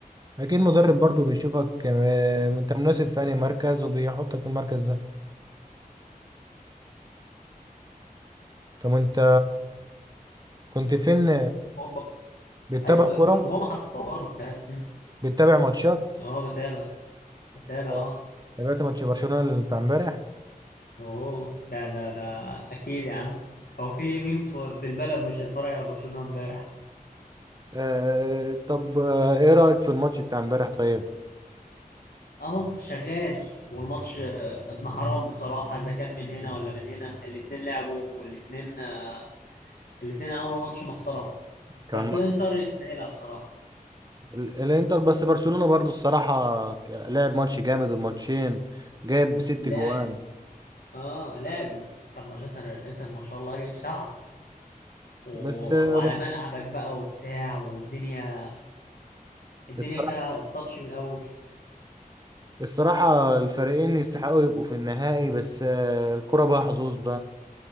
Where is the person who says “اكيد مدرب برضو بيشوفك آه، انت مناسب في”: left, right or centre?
Right